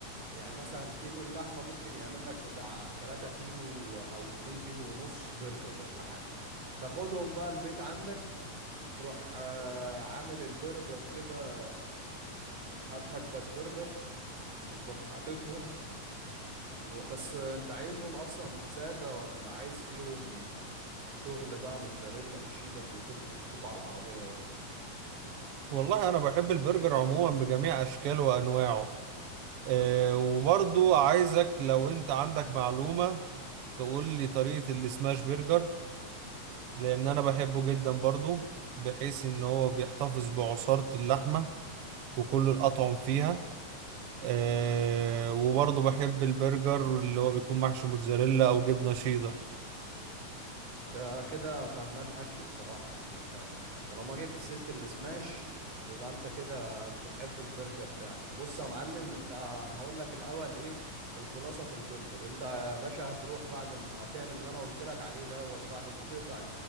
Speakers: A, on the right (about 50°); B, on the right (about 70°).
A: يعني مثلا كيلو اللحمة ممكن يعمل لك بتاع 3 كيلو او 2 كيلو ونص برجر ولا حاجة تاخدهم بقى البيت عندك تروح آه، عامل البرجر كده هات مكبس برجر وتروح حاططهم و- بس انت عايزهم اصلا ساده ولا عايز فيهم شغل بقى موتزاريلا والشيدر اللي كنت بتشوفه على العربيه ده
B: والله انا بحب البرجر عموما بجميع اشكاله وانواعه أه وبرضو عايزك لو انت عندك معلومة تقول لي طريقة السماش برجر لان انا بحبه جدا برضو بحيث ان هو بيحتفظ بعصارة اللحمة وكل الاطعم فيها أه وبرضو بحب البرجر اللي هو بيكون محشي موتزاريلا او جبنة شيدر
A: انت كده فهمان اكل بصراحة يعني انت طالما جبت سيرة السماش يبقى انت كده بتحب البرجر فعلا بص يا معلم انت انا هقول لك الاول ايه الخلاصة في البرجر انت يا باشا هتروح بعد ما تعمل اللي انا قلت لك عليه دوت بعد ما تقطع